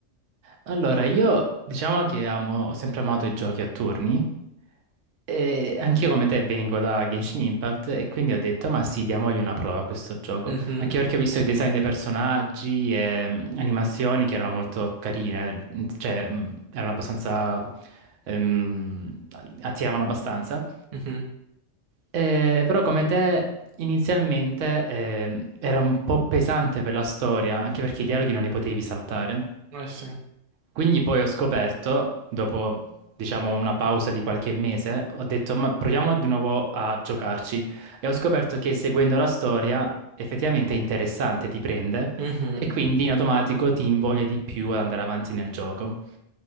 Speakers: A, on the right (about 85°); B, on the right (about 55°).
A: Allora, io diciamo che amo, ho sempre amato i giochi a turni, E anch'io come te vengo da Genshin Impact e quindi ho detto, ma sì, diamogli una prova a questo gioco.
B: Mhm,
A: Anche perché ho visto i design dei personaggi e mm, animazioni che erano molto carine, mm, cioè mm, erano abbastanza... ehm, attiravano abbastanza.
B: mhm,
A: Eh, però come te inizialmente eh, era un po' pesante per la storia, anche perché i dialoghi non li potevi saltare.
B: eh sì.
A: Quindi poi ho scoperto, dopo diciamo una pausa di qualche mese, ho detto ma proviamo di nuovo a giocarci e ho scoperto che seguendo la storia effettivamente è interessante, ti prende
B: Mhm.
A: e quindi in automatico ti invoglia di più ad andare avanti nel gioco.